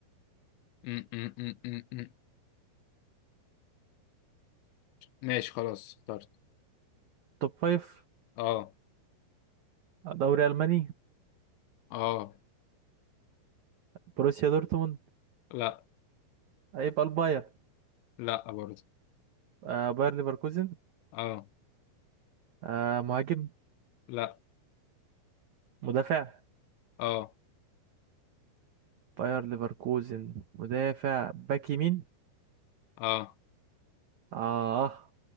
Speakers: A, on the left; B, on the right.
A: م -م -م -م -م. ماشي خلاص اخترت
B: توب فايف
A: اه
B: دوري ألماني
A: اه
B: بروسيا دورتموند
A: لا
B: هيبقى الباير
A: لا برضه
B: آه باير ليفركوزن
A: اه
B: آه مهاجم
A: لا
B: مدافع
A: اه
B: باير ليفركوزن مدافع باك يمين
A: اه
B: اه